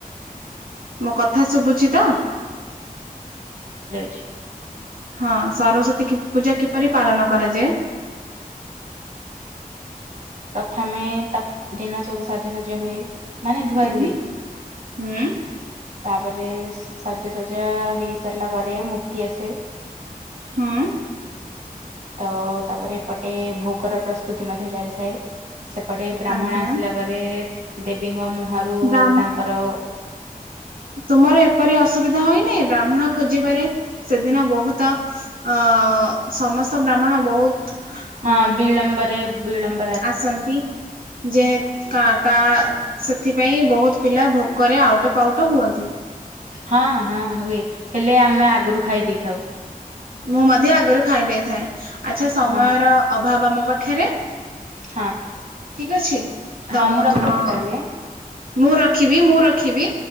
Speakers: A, on the right; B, on the right.
A: ମୋ କଥା ଶୁଭୁଚି ତ?
B: ରହୁଛି
A: ହଁ ସରସ୍ଵତୀ କି ପୂଜା କିପରି ପାଳନ କରାଯାଏ
B: ପ୍ରଥମେ ତା ଦିନ ସବୁ ସାଜ ସଜା ହୁଏ ମାନେ ଧୁଆ
A: ହୁଁ
B: ଧୋଇ
A: ହୁଁ
B: ତାପରେ ସାଜ ସଜା ହେଇ ସାରିଲା ପରେ ମୂର୍ତ୍ତି ଆସେ
A: ହଁ
B: ତ ତାପରେ ଏପଟେ ଭୋଗର ପ୍ରସ୍ତୁତି ମଧ୍ୟ ଚାଲିଥାଏ। ସେପଟେ ବ୍ରାହ୍ମଣ
A: ଆଜ୍ଞା
B: ଆସିଲା ପରେ ଦେବୀଙ୍କ ମୁହଁରୁ
A: ବ୍ରାହ୍ମ
B: ତାଙ୍କର
A: ତୁମର ଏପରି ଅସୁବିଧା ହୋଇନି ବ୍ରାହ୍ମଣ ଖୋଜିବାରେ ସେଦିନ ବହୁତ ଅ ସମସ୍ତ ବ୍ରାହ୍ମଣ ବହୁତ
B: ହଁ
A: ଉଁ
B: ବିଳମ୍ବରେ ବିଳମ୍
A: ଆସନ୍ତି ଯେ କା ତା ସେଥିପାଇଁ ବହୁତ ପିଲା ଭୋକରେ ଆଉଟ ପାଉଟ ହୁଅନ୍ତି
B: ହଁ ହଁ ହୁଏ ହେଲେ ଆମେ ଆଗରୁ ଖାଇ ଦେଇଥାଉ
A: ମୁଁ ମଧ୍ୟ ଆଗରୁ ଖାଇ ଦେଇଥାଏ ଆଚ୍ଛା ସମୟର
B: ହଁ
A: ଅଭାବ ଆମ ପାଖରେ
B: ହଁ
A: ଠିକ ଅଛି ତ
B: ହଁ
A: ମୁଁ
B: ରଖୁଛି
A: ତୁମ
B: ତାହେଲେ।
A: ମୁଁ ରଖିବି ମୁଁ ରଖିବି